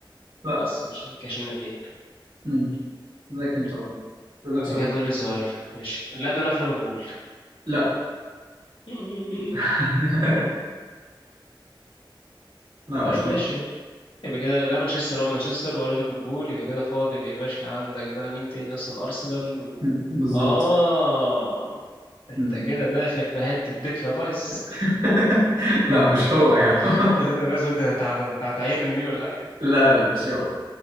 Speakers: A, on the right (about 75°); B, on the left (about 80°).
A: لا
B: بس ماشي كده شلنا اتنين
A: مم. ذاك انت بقى بقول لك سؤال
B: ده كده فاضل لي سؤال ماشي اللاعب ده بيلعب في ليفربول
A: لا
B: مم.
A: <laughs> لا
B: طيب
A: مش هو
B: ماشي يبقى كده لا مانشستر ولا مانشستر ولا ليفربول يبقى كده فاضل يا باشا عندك بقى مين تاني اصلا ارسنال و
A: مم. بالظبط
B: اه انت
A: مم.
B: كده داخل في حته ديكلان رايس
A: <laughs> لا مش هو يا
B: <laughs>
A: عم <laughs>
B: ديكلان رايس قلت هت- هت- هتعايرني بيه ولا حاجه
A: لا لا مش هو